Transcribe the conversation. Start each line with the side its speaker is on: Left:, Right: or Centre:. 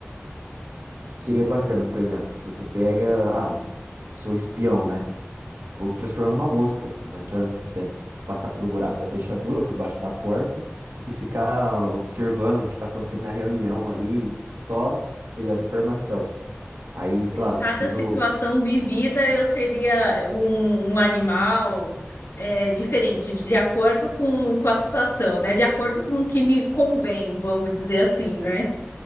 Right: Seria bacana, por exemplo, você pega, ah, sou espião, né? Vou me transformar numa mosca. Vou entrar dentro, passar pelo buraco da fechadura ou por baixo da porta e ficar observando o que está acontecendo na reunião ali, só pegando informação. Aí, sei
Left: Em
Right: lá,
Left: cada
Right: preciso.
Left: situação vivida, eu seria um, um animal é, diferente, de acordo com, com a situação, né? De acordo com o que me convém, vamos dizer assim, né?